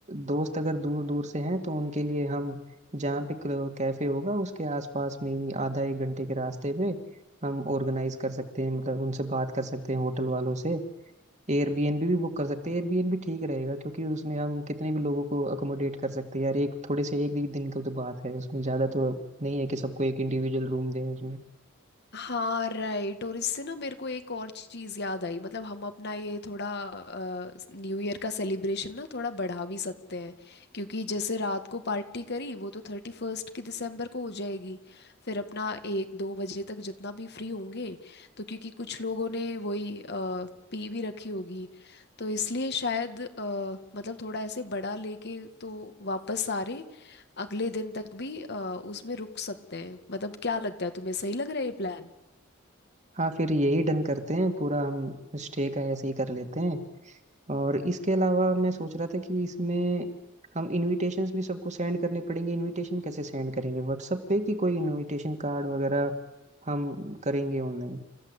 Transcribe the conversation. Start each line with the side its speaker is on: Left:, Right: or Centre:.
Right: दोस्त अगर दूर दूर से हैं तो उनके लिए हम जहाँ पे कैफे होगा उसके आसपास में ही आधा एक घंटे के रास्ते पे हम ऑर्गेनाइज कर सकते हैं मतलब उनसे बात कर सकते हैं होटल वालों से एयरबीएनबी भी बुक कर सकते हैं एयरबीएनबी ठीक रहेगा क्योंकि उसमें हम कितने भी लोगों को अकोमोडेट कर सकते हैं यार एक थोड़े से एक ही दिन का तो बात है उसमें ज़्यादा तो नहीं है कि सबको एक इंडिविजुअल रूम दें उसमें
Left: हाँ राइट और इससे ना मेरे को एक और चीज़ याद आई मतलब हम अपना ये थोड़ा न्यू ईयर का सेलिब्रेशन ना थोड़ा बढ़ा भी सकते हैं क्योंकि जैसे रात को पार्टी करी वो तो थर्टी फर्स्ट की दिसंबर को हो जाएगी फिर अपना एक दो बजे तक जितना भी फ्री होंगे तो क्योंकि कुछ लोगों ने वही अ, पी भी रखी होगी तो इसलिए शायद अ, मतलब थोड़ा ऐसे बड़ा लेके तो वापस सारे अगले दिन तक भी अ, उसमें रुक सकते हैं मतलब क्या लगता है तुम्हें सही लग रहा है ये प्लान
Right: हाँ फिर यही डन करते हैं पूरा हम स्टे का ऐसे ही कर लेते हैं और इसके अलावा मैं सोच रहा था कि इसमें हम इनविटेशंस भी सबको सेंड करने पड़ेंगे इनविटेशन कैसे सेंड करेंगे व्हाट्सएप पे कि कोई इनविटेशन कार्ड वगैरह हम करेंगे ऑनलाइन